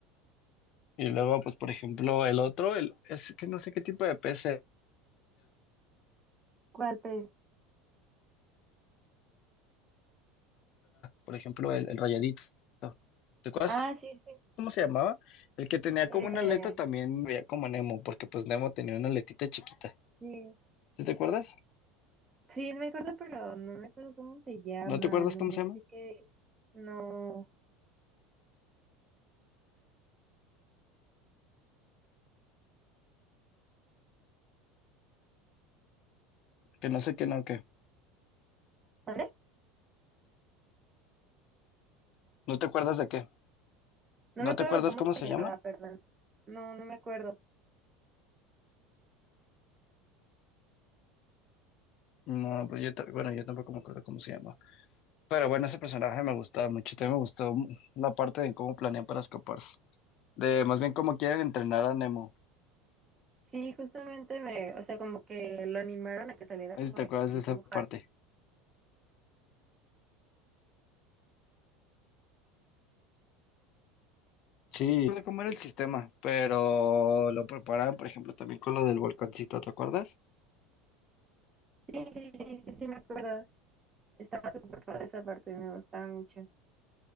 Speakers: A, on the left (about 50°); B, on the right (about 25°).
A: Y luego, pues, por ejemplo, el otro, el, es que no sé qué tipo de pez era,
B: ¿Cuál pez?
A: por ejemplo, el, el rayadito. ¿Te acuerdas
B: Ah, sí, sí.
A: cómo se llamaba? El que tenía
B: Eh,
A: como una aleta también veía como Nemo, porque pues Nemo tenía una aletita chiquita.
B: sí.
A: ¿Sí te acuerdas?
B: Sí, no me acuerdo, pero no me acuerdo cómo se llama,
A: ¿No te acuerdas
B: nomás
A: cómo se llama?
B: sé que no.
A: Que no sé qué, no, qué.
B: ¿Vale?
A: ¿No te acuerdas de qué?
B: No
A: ¿No
B: me acuerdo
A: te acuerdas
B: de cómo
A: cómo
B: se
A: se
B: llamaba,
A: llama?
B: perdón. No, no me acuerdo.
A: No, pues yo, ta- bueno, yo tampoco me acuerdo cómo se llama. Pero bueno, ese personaje me gustaba mucho. También me gustó la parte de cómo planean para escaparse. De más bien cómo quieren entrenar a Nemo.
B: Sí, justamente me, o sea, como que lo animaron a que saliera
A: Ahí
B: como
A: ¿Te
B: de
A: acuerdas
B: su burbuja.
A: de esa parte? Sí, no sé cómo era el sistema, pero lo preparaban, por ejemplo, también con lo del volcancito, ¿te acuerdas?
B: Sí, sí, sí, sí, sí, me acuerdo. Estaba súper padre esa parte, me gustaba mucho.